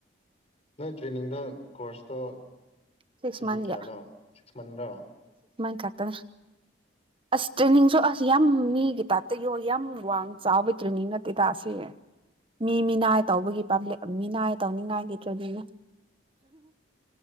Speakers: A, on the left (about 35°); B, on the right (about 30°).
A: ꯅꯣꯏ ꯇ꯭ꯔꯦꯅꯤꯡꯗ ꯀꯣꯔꯁꯇ
B: ꯁꯤꯛꯁ
A: ꯆꯍꯤ
B: ꯃꯟꯒꯤ
A: ꯀꯌꯥꯅ ꯁꯤꯛꯁ ꯃꯟꯔꯥ
B: ꯈꯇ ꯑꯁ ꯁꯣ ꯑꯁ ꯌꯥꯝ ꯃꯤꯒꯤ ꯇꯥꯏꯞꯇ ꯌꯣ ꯌꯥꯝ ꯋꯥꯡ ꯆꯥꯎꯕꯒꯤ ꯇ꯭ꯔꯦꯅꯤꯡ ꯅꯠꯇꯦꯗ ꯑ ꯑꯁꯤ ꯃꯤ ꯃꯤꯅꯥꯏ ꯇꯧꯕꯒꯤ ꯄꯕ꯭ꯂꯤꯛ ꯃꯤꯅꯥꯏ ꯇꯧꯅꯤꯡꯉꯥꯏꯒꯤ ꯆꯂꯒ